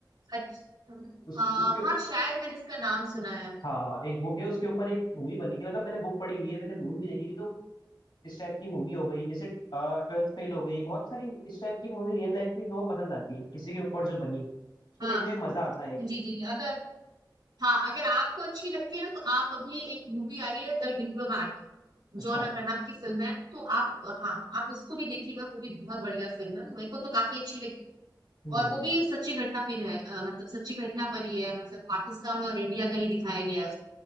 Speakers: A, on the right (about 80°); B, on the left (about 80°).
A: अच्छा
B: उस
A: आ,
B: उसके
A: हाँ शायद मैंने इसका नाम सुना है
B: हाँ हाँ एक बुक है उसके ऊपर एक मूवी बनी थी मतलब मैंने बुक पढ़ी हुई है मैंने मूवी भी देखी थी तो इस टाइप की मूवी हो गई जैसे ट्वेल्थ फेल हो गई बहुत सारी इस टाइप की मूवी रियल लाइफ में मेरे को पसंद आती है किसी के ऊपर जो बनी हो उसको
A: हाँ
B: देखने में मजा आता है एक
A: जी जी अगर हाँ अगर आपको अच्छी लगती है ना तो आप अभी एक मूवी आई है द डिप्लोमैट
B: अच्छा
A: जॉन अब्राहम की फिल्म है तो आप हाँ आप उसको भी देखिएगा वो भी बहुत बढ़िया फिल्म है मेरे को तो काफी अच्छी लगी
B: हम्म
A: और वो भी सच्ची घटना फिर है अ, मतलब सच्ची घटना पर ही है मतलब पाकिस्तान और इंडिया का ही दिखाया गया है